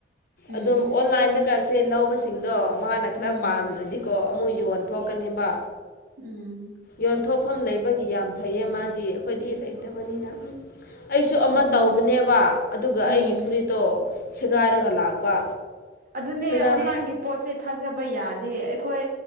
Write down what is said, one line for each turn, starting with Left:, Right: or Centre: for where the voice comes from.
Right: ꯎꯝ
Left: ꯑꯗꯨꯝ ꯑꯣꯟꯂꯥꯏꯟꯗ ꯀꯠꯁꯦ ꯂꯧꯕꯁꯤꯡꯗꯣ ꯃꯥꯅ ꯈꯔ
Right: ꯎꯝ
Left: ꯄꯥꯝꯗ꯭ꯔꯗꯤꯀꯣ ꯑꯃꯨꯛ ꯌꯣꯟꯊꯣꯛꯀꯅꯦꯕ
Right: ꯎꯝ
Left: ꯌꯣꯟꯊꯣꯛꯐꯝ ꯂꯩꯕꯒꯤ ꯌꯥꯝ ꯐꯩꯌꯦ ꯃꯥꯗꯤ ꯑꯩꯈꯣꯏꯗꯤ ꯂꯩꯇꯕꯅꯤꯅ ꯎꯝ ꯑꯩꯁꯨ ꯑꯃ
Right: ꯑꯗꯨꯅꯤ
Left: ꯇꯧꯕꯅꯦꯕ ꯑꯗꯨꯒ ꯑꯩꯒꯤ
Right: ꯎꯝ
Left: ꯐꯨꯔꯤꯠꯇꯣ ꯁꯦꯒꯥꯏꯔꯒ ꯂꯥꯛꯄ
Right: ꯑꯗꯨꯅꯦ
Left: ꯁꯦꯒꯥꯏ
Right: ꯑꯣꯟꯂꯥꯏꯟꯒꯤ ꯄꯣꯠꯁꯦ ꯊꯥꯖꯕ ꯌꯥꯗꯦ ꯑꯩꯈꯣꯏ